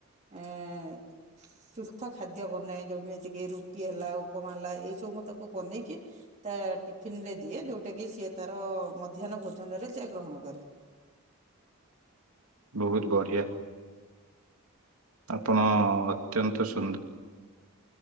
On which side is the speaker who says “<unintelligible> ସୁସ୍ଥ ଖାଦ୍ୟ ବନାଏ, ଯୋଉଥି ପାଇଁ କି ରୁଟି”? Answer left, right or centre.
Right